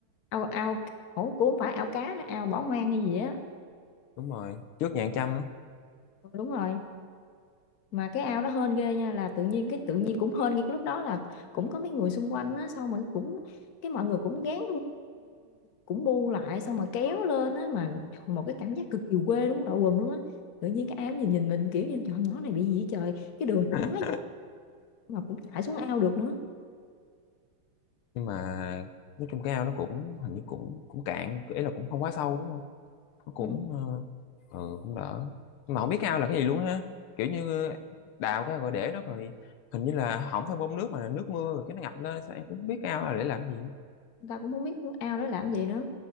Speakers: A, on the left; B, on the left.
A: ao ao ủa, cũng không phải ao cá nữa ao bỏ hoang hay gì á
B: đúng rồi trước nhà ăn chăm á
A: ừ, đúng rồi mà cái ao đó hên ghê nha là tự nhiên cái tự nhiên cũng hên ngay cái lúc đó là cũng có mấy người xung quanh á xong mà cũng cái mọi người cũng gán cũng bu lại xong mà kéo lên á mà trời, một cái cảm giác cực kỳ quê đúng đội quần luôn á tự nhiên cái ao nhìn nhìn mình kiểu như trời nhỏ này bị gì vậy trời cái đường này
B: <laughs>
A: đá mà cũng chạy xuống ao được nữa
B: nhưng mà nói chung cái ao nó cũng hình như cũng cũng cạn ý là cũng không quá sâu đúng không nó cũng
A: Ừ.
B: ờ, ừ cũng đỡ nhưng mà không biết cái ao là cái gì luôn ha kiểu như ờ, đào cái rồi để nó rồi hình như là không phải bơm nước mà là nước mưa rồi cái nó ngập lên sao em cũng không biết cái ao là để làm gì nữa.
A: người ta cũng không biết ao đó làm gì nữa